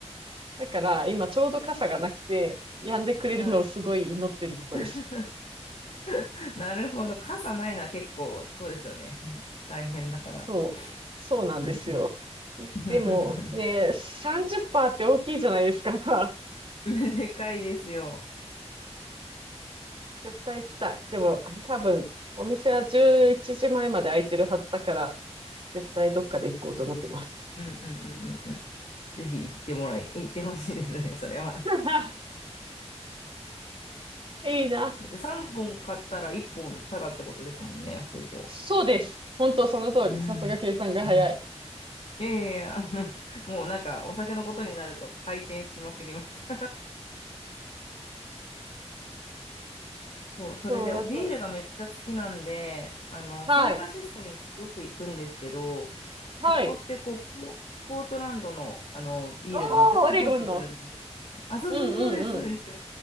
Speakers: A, on the right (about 50°); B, on the left (about 70°).
A: だから、今ちょうど傘がなくて、止んでくれるのをすごい祈ってるとこです。
B: はい。<laughs> <laughs> なるほど。傘ないのは結構、そうですよね。<laughs> 大変だから。
A: そう。そうなんですよ。
B: うんうん。<laughs>
A: でも、ね、30%っパーセントって大きいじゃないですか。<laughs>
B: でかいですよ。
A: 絶対行きたい。でも、多分、お店は11時前まえまで開いてるはずだから、絶対どっかで行こうと思ってます。
B: うんうんうんうんうん。ぜひ行ってもらい、行ってほしいですね、それは。
A: <laughs> いいな。
B: だって3本買ったら1本ただってことですもんね、ほぼ。
A: そうです。本当その通り。
B: うん。
A: さすが計算が早い。
B: うん。いやいやいや、<laughs> もうなんかお酒のことになると回転しまくります。そう、それでビールがめっちゃ好きなんで、
A: そうだった。
B: あの、
A: はい。
B: サンフランシスコに私よく行くんですけど、そこってこう、
A: はい。
B: ポポートランドの、あの、ビールがめちゃくちゃ入ってくるんですね。
A: おー、オレゴンの。
B: あ、そうそうそうです、
A: うんうんうん。
B: そうです。